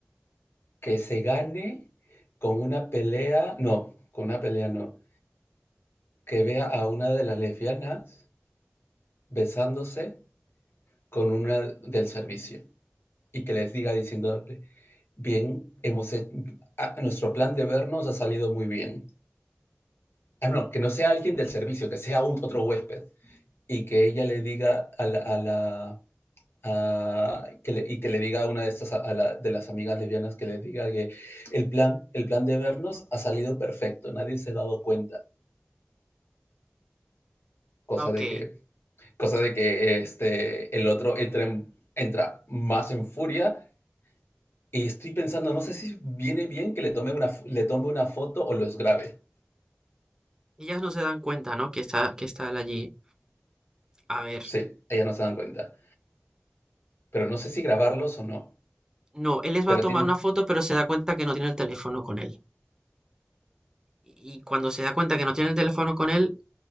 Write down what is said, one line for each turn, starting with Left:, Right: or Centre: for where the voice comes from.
Left: que se gane con una pelea, no, con una pelea no que vea a una de las lesbianas besándose con una del servicio y que les diga diciéndole, bien, hemos, he- a- nuestro plan de vernos ha salido muy bien. Ah, no, que no sea alguien del servicio, que sea un, otro huésped y que ella le diga a la... a la- a- que le- y que le diga a una de estas a la- de las amigas lesbianas que le diga que el plan, el plan de vernos ha salido perfecto, nadie se ha dado cuenta, cosa
Right: Ah, Ok,
Left: de que Cosa de que este, el otro entra, en- entra más en furia y estoy pensando, no sé si viene bien que le tome una, le tome una foto o los grabe.
Right: ellas no se dan cuenta, ¿no? Que está, que está él allí. A ver,
Left: Sí, ellas no se dan cuenta. Pero no sé si grabarlos o no.
Right: no, él les va
Left: Pero
Right: a tomar
Left: tiene...
Right: una foto, pero se da cuenta que no tiene el teléfono con él. Y cuando se da cuenta que no tiene el teléfono con él,